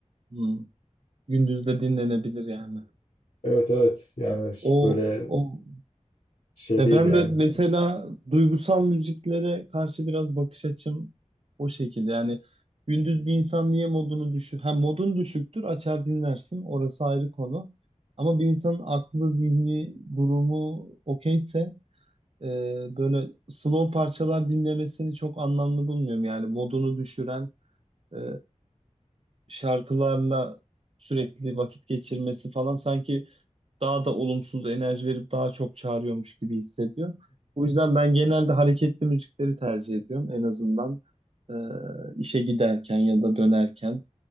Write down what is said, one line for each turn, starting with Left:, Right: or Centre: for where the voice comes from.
Right: hmm. Gündüz de dinlenebilir yani.
Left: Evet evet yani
Right: O,
Left: böyle
Right: o.
Left: şey
Right: Ya
Left: değil
Right: ben
Left: yani.
Right: de mesela duygusal müziklere karşı biraz bakış açım o şekilde. Yani gündüz bir insan niye modunu düşük? Ha modun düşüktür açar dinlersin orası ayrı konu. Ama bir insanın aklı, zihni, durumu okeyse e, böyle slow parçalar dinlemesini çok anlamlı bulmuyorum. Yani modunu düşüren e, şarkılarla sürekli vakit geçirmesi falan sanki daha da olumsuz enerji verip daha çok çağırıyormuş gibi hissediyor. O yüzden ben genelde hareketli müzikleri tercih ediyorum. En azından e, işe giderken ya da dönerken.